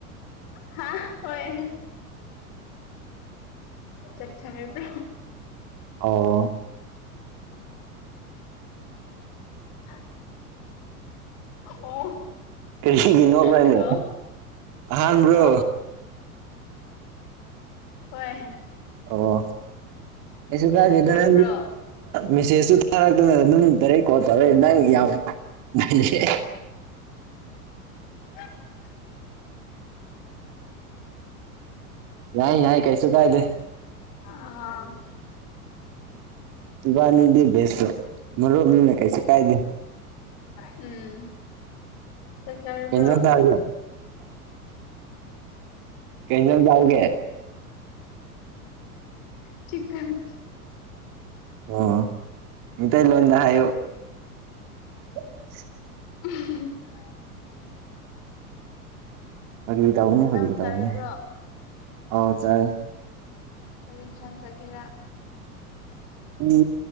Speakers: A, on the left (about 45°); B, on the right (about 40°).
A: ꯍꯥꯥ ꯍꯣꯏ ꯆ ꯊꯃꯦꯕ
B: ꯑꯣ
A: <inaudible> ꯑꯣ
B: ꯀꯔꯤꯒꯤ ꯅꯣꯛꯕ꯭ꯔꯅꯦ
A: ꯍꯂꯣ
B: ꯑꯍꯥꯟꯕ꯭ꯔꯣ
A: ꯍꯂꯣ ꯍꯣꯏ
B: ꯑꯣ ꯑꯩꯁꯨ ꯀꯒꯦꯗꯅ
A: ꯆꯥꯛ ꯆꯥꯔꯕ꯭ꯔꯣ
B: ꯃꯦꯁꯦꯖꯇꯨ ꯊꯥꯔꯛꯇꯅ ꯑꯗꯨꯝ ꯗꯥꯔꯦꯛ ꯀꯣꯜ ꯇꯧꯔꯛꯦ ꯅꯪ ꯌꯥꯎ <unintelligible> <inaudible>
A: ꯎ <unintelligible> <inaudible>
B: ꯌꯥꯏ ꯌꯥꯏ ꯀꯩꯁꯨ ꯀꯥꯏꯗꯦ
A: ꯑ <unintelligible> <inaudible>
B: ꯏꯕꯥꯅꯤꯗꯤ ꯦꯁꯂꯣ ꯃꯔ ꯃꯤꯅ ꯀꯩꯁꯤ ꯀꯥꯏꯗ
A: ꯎꯝ ꯆꯠꯆꯔꯕ꯭ꯔꯣ
B: ꯀꯩ ꯏꯟꯖꯥꯡ ꯆꯥꯔꯒꯦ ꯀꯩꯖꯟ ꯇꯎꯦ
A: ꯆꯤꯟ <unintelligible> <inaudible>
B: ꯑꯣ ꯃꯩꯇꯩꯂꯣꯟꯗ ꯍꯥꯏꯌꯨ <unintelligible> <inaudible>
A: <unintelligible> <inaudible>
B: ꯐꯥꯒꯤ ꯇꯧꯕꯥꯅꯤ ꯐꯒꯤ
A: ꯅꯪ
B: ꯇꯧꯕꯅꯤ
A: ꯆꯥꯔꯕ꯭ꯔꯣ
B: ꯑꯥꯎ ꯆꯔꯦ
A: ꯀꯔꯤ ꯑꯦꯟꯁꯡ ꯆꯥꯒꯦꯔꯥ
B: ꯎ